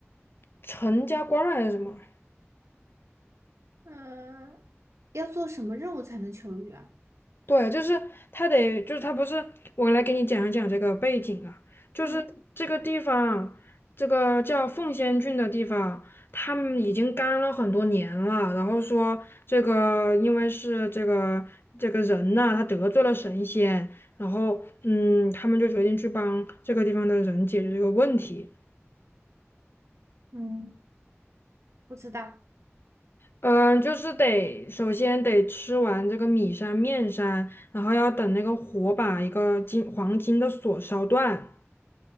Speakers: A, on the left; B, on the right.
A: 陈家观还是什么？
B: 嗯，要做什么任务才能求雨啊？
A: 对，就是他得，就是他不是，我来给你讲一讲这个背景啊，就是这个地方，
B: 嗯
A: 这个叫奉先郡的地方，他们已经干了很多年了，然后说这个因为是这个这个人呐、他得罪了神仙，然后嗯，他们就决定去帮这个地方的人解决这个问题。
B: 嗯，不知道。
A: 嗯，就是得首先得吃完这个米山面山，然后要等那个火把一个金黄金的锁烧断。